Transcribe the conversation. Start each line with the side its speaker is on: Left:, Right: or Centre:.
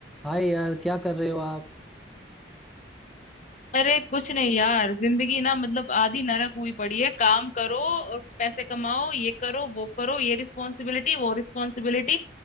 Centre: हाय यार क्या कर रहे हो आप
Left: अरे कुछ नहीं यार जिंदगी ना मतलब आधी नरक हुई पड़ी है काम करो और पैसे कमाओ ये करो वो करो ये रिस्पॉन्सिबिलिटी वो रिस्पॉन्सिबिलिटी